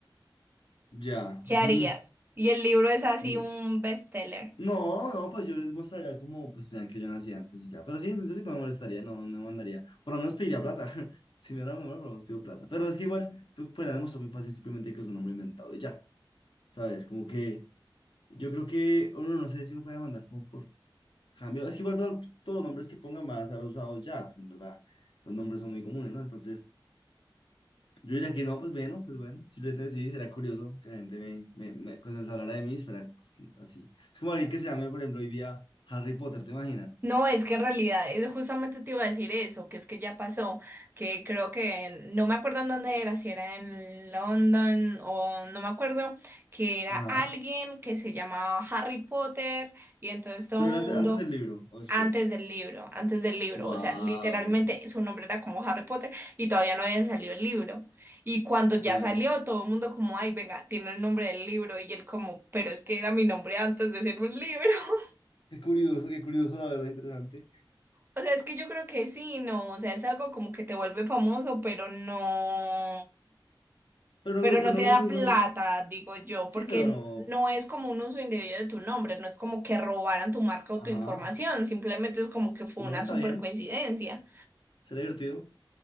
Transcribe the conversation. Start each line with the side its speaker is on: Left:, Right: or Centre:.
Left: Ya.
Right: ¿qué harías?
Left: mm,
Right: Y el libro es así
Left: mm.
Right: un bestseller.
Left: No, no, pues yo les mostraría como, pues vean que yo nací antes y ya. Pero sí, yo creo que no me molestaría, no, no me mandaría. Por lo menos pediría plata. <laughs> Si me era menor, por lo menos pido plata. Pero es que igual, tú podrías demostrar muy fácil simplemente que es un hombre inventado y ya, ¿sabes? Como que yo creo que uno no sé si uno puede mandar como por cambio. Es que igual todo- todos los nombres que pongan van a estar usados ya, pues en verdad. Los nombres son muy comunes, ¿no? Entonces, yo diría que no, pues bueno, pues bueno. Simplemente sí, será curioso que la gente me, me, me- cuando les hablara de mí, fuera así. Es como alguien que se llame, por ejemplo, hoy día Harry Potter, ¿te imaginas?
Right: No, es que en realidad, es- justamente te iba a decir eso, que es que ya pasó, que creo que, en- no me acuerdo en dónde era, si era en London o no me acuerdo, que era
Left: Ajá.
Right: alguien que se llamaba Harry Potter y entonces todo
Left: Pero
Right: el
Left: era
Right: mundo...
Left: antes, antes del libro o después.
Right: antes del libro, antes del libro,
Left: Guau.
Right: o sea, literalmente su nombre era como Harry Potter y todavía no había salido el libro. Y cuando ya
Left: Ya.
Right: salió, todo el mundo como, ay, venga, tiene el nombre del libro y él como, pero es que era mi nombre antes de ser un libro. <laughs>
Left: Qué curioso, qué curioso, la verdad, interesante.
Right: O sea, es que yo creo que sí, no, o sea, es algo como que te vuelve famoso, pero no,
Left: Pero no
Right: pero
Left: creo,
Right: no
Left: pero no
Right: te da
Left: creo que.
Right: plata,
Left: No creo-
Right: digo yo,
Left: Sí,
Right: porque
Left: pero.
Right: no es como un uso indebido de tu nombre, no es como que robaran tu marca o
Left: Ajá.
Right: tu información, simplemente es como que fue
Left: Y no,
Right: una
Left: está
Right: super
Left: bien.
Right: coincidencia.
Left: Será divertido.